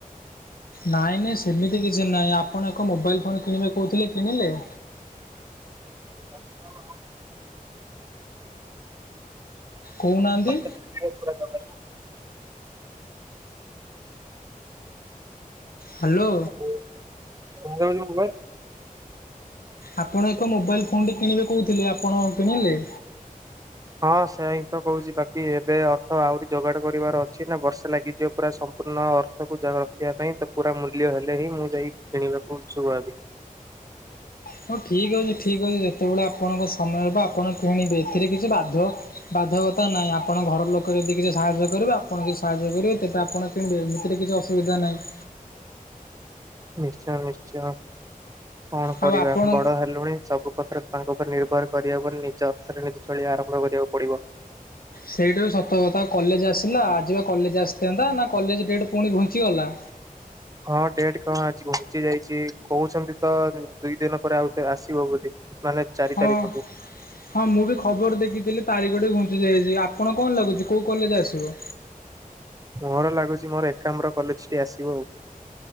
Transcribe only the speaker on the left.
ନାଇଁ ହେଇ ସେମିତି କିଛି ନାହିଁ ଆପଣ ଏକ ମୋବାଇଲ୍ ଫୋନ୍ କିଣିବେ କହୁଥିଲେ କିଣିଲେ?
କୋହୁନାହାନ୍ତି?
ହାଲୋ।
ଆପଣ ଏକ ମୋବାଇଲ ଫୋନଟି କିଣିବେ କହୁଥିଲେ ଆପଣ କିଣିଲେ?
ହଉ ଠିକ୍ ଅଛି ଠିକ୍ ଅଛି ଯେତେବେଳେ ଆପଣଙ୍କ ସମୟ ହେବ ଆପଣ କିଣିବେ ଏଥିରେ କିଛି ବାଧ୍ୟ ବାଧକତା ନାହିଁ ଆପଣ ଘର ଲୋକ ଯଦି କିଛି ସାହାଯ୍ୟ କରିବେ ଆପଣ କିଛି ସାହାଯ୍ୟ କରିବେ ତେବେ ଆପଣ କିଣିବେ ଏମିତିରେ କିଛି ଅସୁବିଧା ନାହିଁ।
ଆଉ ଆପଣ
ସେଇଟା ବି ସତ ତା କଲେଜ ଆସିଲା ଆଜିିବା କଲେଜ ଆସିଥାନ୍ତା ନା କଲେଜ ଡେଟ୍ ପୁଣି ଘୁଞ୍ଚିଗଲା।
ହଁ।
ହଁ ମୁଁ ବି ଖବର ଦେଖିଥିଲି ତାରିଖ ଟିକେ ଘୁଞ୍ଚି ଯାଇଚି ଆପଣ କଣ ଲାଗୁଚି କୋଉ କଲେଜ୍ ଆସିବ?